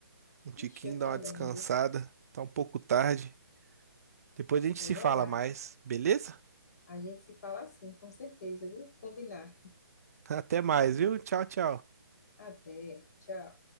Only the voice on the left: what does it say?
Ixi, eu
também,
viu?
É
verdade.
A gente se fala assim, com certeza, viu? Combinar.
Até, tchau.